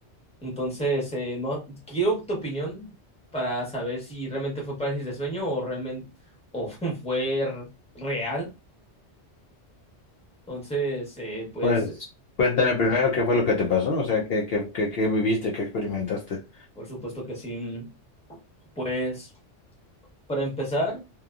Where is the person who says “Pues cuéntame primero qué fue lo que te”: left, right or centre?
Left